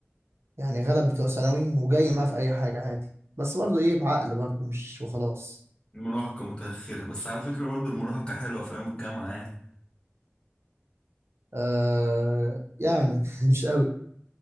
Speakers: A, on the right (about 70°); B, on the left (about 25°).
A: يعني غلب بتوع ثانوي وجاي معاه في اي حاجه عادي بس برضو ايه بعقل برضو مش وخلاص
B: المراهقة متأخرة بس على فكرة برضو المراهقة حلوة في أيام الجامعة يعني
A: آه يعني <laughs> مش قوي